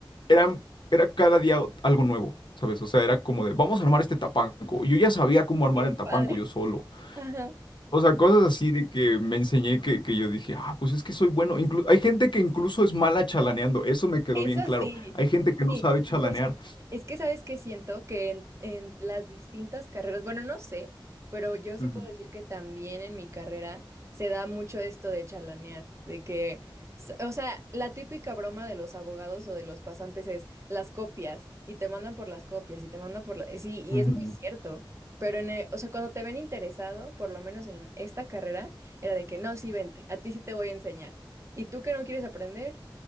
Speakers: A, on the left; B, on the right.
A: eran, era cada día algo nuevo, ¿sabes? O sea, era como de, vamos a armar este tapanco. Yo ya sabía cómo armar
B: Qué
A: el tapanco
B: padre.
A: yo solo.
B: Ajá.
A: O sea, cosas así de que me enseñé que, que yo dije, ah, pues es que soy bueno. Inclu- hay gente que incluso es mala chalaneando, eso me quedó
B: Eso
A: bien claro.
B: sí,
A: Hay gente que no
B: sí,
A: sabe chalanear.
B: 100%. Es que sabes que siento que en, en las distintas carreras, bueno, no sé, pero yo sí
A: Ujú,
B: puedo decir que también en mi carrera se da mucho esto de chalanear, de que, s- o sea, la típica broma de los abogados o de los pasantes es las copias y te mandan por las copias y te mandan por la... Sí, y
A: ujú,
B: es muy cierto. Pero en el- o sea, cuando te ven interesado, por lo menos en esta carrera, era de que no, sí, vente, a ti sí te voy a enseñar. ¿Y tú que no quieres aprender?